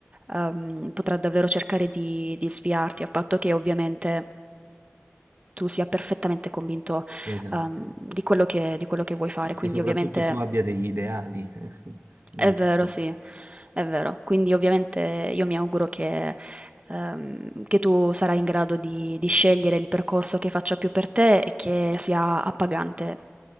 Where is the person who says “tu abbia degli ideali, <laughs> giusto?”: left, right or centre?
Right